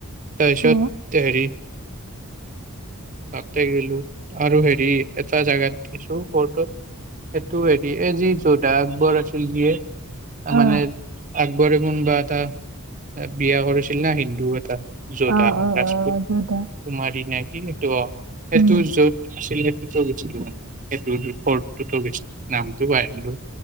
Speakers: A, on the right; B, on the right.
A: তাৰিছত
B: অ
A: হেৰি তাতে গেলো আৰু হেৰি এটা জেগাত দিছো ফৰ্টত সেইটো হেৰি এই যি যোদা আকবৰ আছে ফিল দিয়ে
B: অ
A: মানে আকবৰে কোনবা এটা বিয়া কৰাইছিল না হিন্দু এটা যোধা
B: অ
A: ৰাজপুত
B: অ অ দেউতা
A: কুমাৰী নাই কি নিটুৱা সেইটো
B: উম
A: য'ত আছিল সেই সেইটো গৈছিল মানে সেইটো ব নামটো পাহৰিলো